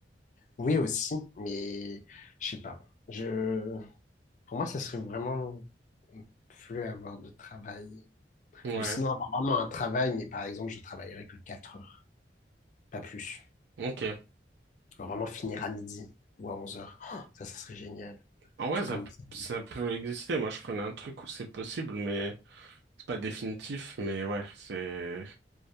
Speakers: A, on the left (about 45°); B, on the right (about 75°).
A: Oui, aussi, mais je sais pas. Je... Pour moi, ça serait vraiment plus avoir de travail.
B: Ouais,
A: Ou sinon, avoir vraiment un travail, mais par exemple, je travaillerais que 4 heures, pas plus.
B: ok.
A: Genre vraiment finir à midi ou à 11 heures. Oh, ça, ça serait génial.
B: En vrai,
A: Tu commences
B: ça, p-
A: à...
B: ça peut exister. Moi, je connais un truc où c'est possible, mais c'est pas définitif. Mais ouais, c'est...